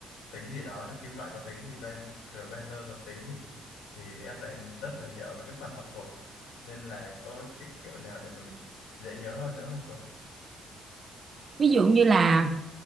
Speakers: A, on the left (about 85°); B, on the right (about 35°).
A: tính gì đó rồi kim loại có tính gì ben rồi bazơ có tính gì thì em lại rất là dở với cái phần học thuộc nên là có cái kiểu nào để mình dễ nhớ hơn nữa không cô
B: ví dụ như là